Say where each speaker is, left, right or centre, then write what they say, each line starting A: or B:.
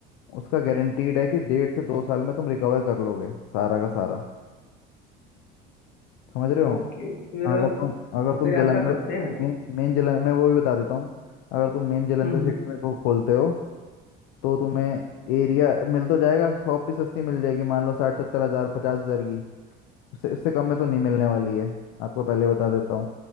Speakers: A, on the left (about 70°); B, on the left (about 50°).
A: उसका गारंटीड है कि डेढ़ से दो साल में तुम रिकवर कर लोगे सारा का सारा समझ रहे हो
B: ओके फिर
A: अगर तुम अगर तुम
B: फिर
A: जलंधर
B: ऐसा करते हैं
A: मेन मेन जलंधर मैं वो भी बता देता हूँ अगर तुम मेन जलंधर
B: हम्म
A: सिटी
B: हम्म
A: में को खोलते हो तो तुम्हें एरिया मिल तो जाएगा शॉप भी सस्ती मिल जाएगी मान लो साठ सत्तर हज़ार पचास हज़ार की उससे उससे कम में तो नहीं मिलने वाली है आपको पहले बता देता हूँ